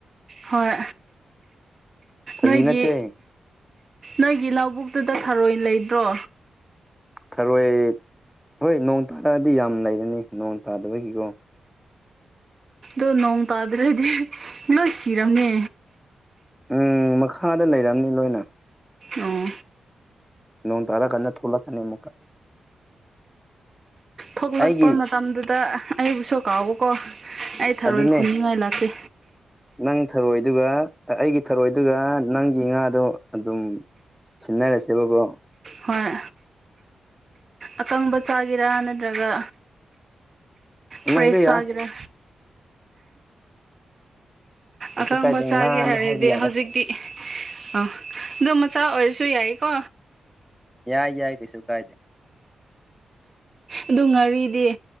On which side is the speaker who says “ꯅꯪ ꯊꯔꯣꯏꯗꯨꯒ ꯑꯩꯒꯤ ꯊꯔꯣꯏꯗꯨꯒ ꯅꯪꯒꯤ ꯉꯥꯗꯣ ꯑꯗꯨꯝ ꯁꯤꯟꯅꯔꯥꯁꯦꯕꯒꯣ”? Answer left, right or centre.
Centre